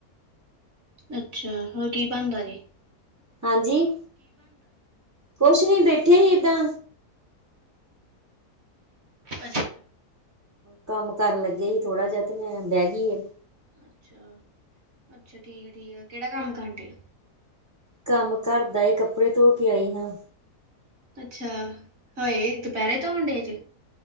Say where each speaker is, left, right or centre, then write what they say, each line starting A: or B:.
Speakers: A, on the right; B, on the right.
A: ਅੱਛਾ, ਹੋਰ ਕੀ ਬਣਦਾ ਜੇ?
B: ਹਾਂਜੀ, ਕੁਛ ਨੀ ਬੈਠੇ ਹੀ ਏਦਾਂ।
A: ਅੱਛਾ।
B: ਕੰਮ ਕਰਨ ਲੱਗੇ ਈ ਥੋੜਾ ਜਾ ਤੇ ਮੈਂ ਬਹਿ ਗਈ ਏ।
A: ਅੱਛਾ, ਅੱਛਾ ਠੀਕ ਆ-ਠੀਕ ਆ, ਕਿਹੜਾ ਕੰਮ ਕਰਨ ਡਏ?
B: ਕੰਮ ਘਰ ਦਾ ਈ, ਕੱਪੜੇ ਧੋ ਕੇ ਆਈ ਹਾਂ।
A: ਅੱਛਾ, ਹਾਏ! ਦੁਪਹਿਰੇ ਧੋਣ ਡਏ ਜੇ।